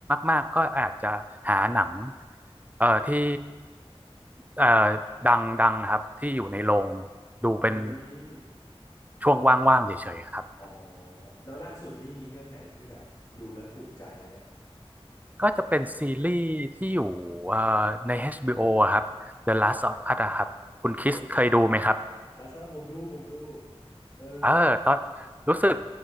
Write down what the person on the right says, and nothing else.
มากๆ ก็อาจจะหาหนังเอ่อที่เอ่อดังๆ ครับที่อยู่ในโรงดูเป็น
ช่วงว่างๆเฉยๆครับ
ก็จะเป็นซีรีส์ที่อยู่เอ่อใน HBO อชบีโออะครับ The Last of Us อะครับ คุณคริสเคยดูไหมครับ
เออตอนรู้สึก